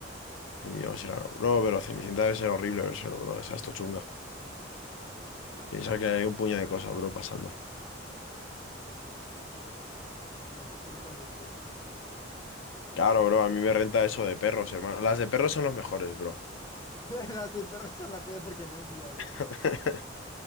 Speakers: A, on the left (about 80°); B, on the left (about 20°).
A: en idiomas y raro. Bro, pero Cenicienta debe ser horrible ver solo, bro, esa esto chunga.
B: ya.
A: Piensa que hay un puño de cosas, bro, pasando.
B: Pero tú quieres algo chill.
A: Claro, bro, a mí me renta eso de perros, hermano. Las de perros son los mejores, bro.
B: <laughs> Las de perros son la polla porque nadie habla.
A: <laughs>